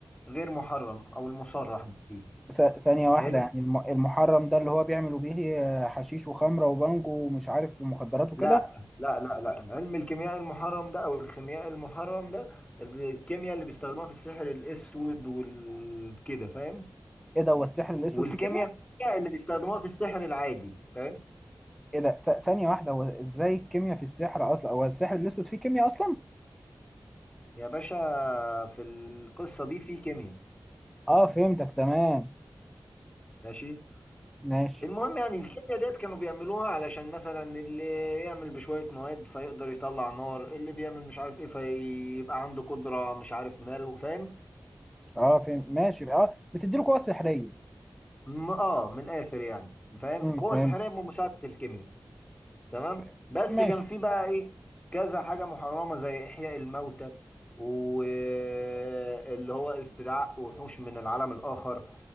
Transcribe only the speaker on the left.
غير محرم أو المصرح به
حلو
لا لا لا لا علم الكيمياء المحرم ده أو الخيمياء المحرم ده الكيمياء اللي بيستخدموها في السحر الأسود والكده فاهم
والكيمياء
اللي بيستخدموها في السحر العادي فاهم
يا باشا في القصة دي في كيمياء
ماشي
المهم يعني الكيمياء ديت كانوا بيعملوها علشان مثلا اللي يعمل بشوية مواد فيقدر يطلع نار اللي بيعمل مش عارف ايه فيبقى عنده قدرة مش عارف مال فاهم
م- اه من الاخر يعني فاهم
قوة
سحرية بمساعدة الكيمياء تمام
بس
كان في بقى ايه كذا حاجة محرمة زي احياء الموتى واللي هو استدعاء وحوش من العالم الاخر